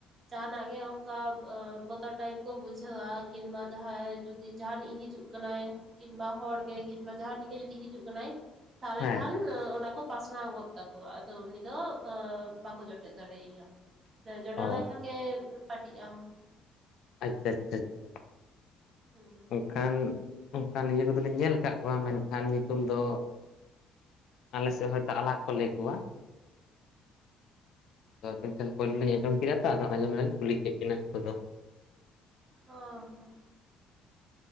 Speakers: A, on the right; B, on the left.
A: ᱡᱟᱦᱟᱱᱟᱜ ᱜᱮ ᱚᱱᱠᱟ ᱮᱸ ᱵᱚᱛᱚᱨ ᱴᱟᱭᱤᱯ ᱠᱚ ᱵᱩᱡᱷᱟᱹᱣᱟ ᱠᱤᱱᱵᱟ ᱡᱟᱦᱟᱸᱭ ᱡᱩᱫᱤ ᱡᱟᱦᱟᱱᱤᱡ ᱦᱤᱡᱩᱜ ᱠᱟᱱᱟᱭ, ᱠᱤᱱᱵᱟ ᱦᱚᱲ ᱜᱮ ᱠᱤᱱᱵᱟ ᱡᱟᱦᱟᱱᱤᱡ ᱜᱮ ᱡᱩᱫᱤ ᱦᱤᱡᱩᱜ ᱠᱟᱱᱟᱭ ᱛᱟᱦᱚᱞᱮ
B: ᱦᱮᱸ
A: ᱠᱷᱟᱱ <unintelligible> ᱚᱱᱟ ᱠᱚ ᱯᱟᱥᱱᱟᱣ ᱜᱚᱫ ᱛᱟᱠᱚᱣᱟ ᱟᱫᱚ ᱩᱱᱤ ᱫᱚ <unintelligible> ᱵᱟᱠᱚ ᱡᱚᱴᱮᱫ ᱫᱟᱲᱮᱭᱮᱭᱟ ᱾ ᱡᱚᱴᱮᱫ
B: ᱚ
A: ᱞᱮᱭ ᱠᱷᱟᱱ ᱜᱮ ᱯᱟᱴᱤᱜ ᱟᱢ ᱾
B: ᱟᱪᱪᱷᱟ ᱟᱪᱷᱟ ᱪᱷᱟ᱾
A: <unintelligible>
B: ᱠᱷᱟᱱ ᱚᱱᱠᱟᱱ ᱤᱭᱟᱹ ᱠᱚᱫᱚᱞᱤᱧ ᱧᱮᱞ ᱠᱟᱜ ᱠᱚᱣᱟ ᱢᱮᱱᱠᱷᱟᱱ ᱧᱩᱛᱩᱢ ᱫᱚ ᱟᱞᱮ ᱥᱮᱫ ᱦᱳᱭᱛᱚ ᱟᱞᱟᱠ ᱠᱚ ᱞᱟᱹᱭ ᱠᱚᱣᱟ᱾ ᱫᱚ ᱟᱵᱤᱱ ᱴᱷᱮᱱ ᱯᱳᱭᱞᱳ ᱞᱤᱧ ᱟᱸᱡᱚᱢ ᱠᱮᱫᱟ ᱛᱚ ᱟᱫᱚ ᱚᱱᱟ ᱡᱳᱱᱱᱳ ᱞᱤᱧ ᱠᱩᱞᱤ ᱠᱮᱫ ᱵᱤᱱᱟ᱾ <unintelligible>
A: ᱦᱚᱸ ᱦᱚᱸ